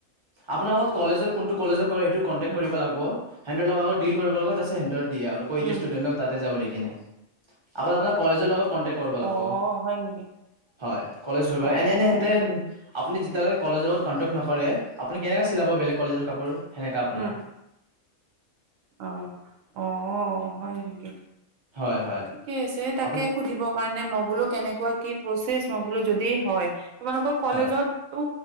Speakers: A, on the right; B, on the right.
A: আপোনাৰ আগত, - কলেজৰ কোনটো কলেজক? কৰেইটো কন্টেক
B: উম
A: কৰিব লাগব। হেন্তৰ লগত আগত ডিল কৰিব লাগব তাৰপিছত আহিম, দিয়া আৰু কৈ
B: উম
A: দিয়া ষ্টুেদেণ্টক তাতে যা বুলি। কিনে, আগতে আপোনাক কলেজৰ লগত কণ্টেকট কৰবা লাগব।
B: অ হয় নেকি
A: হয়, কলেজ ধৰিব
B: অ
A: এনে-
B: অ
A: এনেহেনতে
B: অ
A: আপুনি, যেতিয়ালৈকে কলেজৰ লগত কণ্টেক নকৰে, আপুনি কেনেকৈ চিলাব বেলেগ কলেজৰ কাপোৰ? সেনেকা আপোনাৰ,
B: উম অ', -অহ্ ', হয় নেকি?
A: হয় হয়
B: ঠিকে আছে তাকে
A: আপুনি
B: সুধিব কাৰণে মই বোলো কেনেকুৱা কি?, পচিচ মম', বোলো যদি হয়, তোমালোকৰ কলেজততো,
A: হয়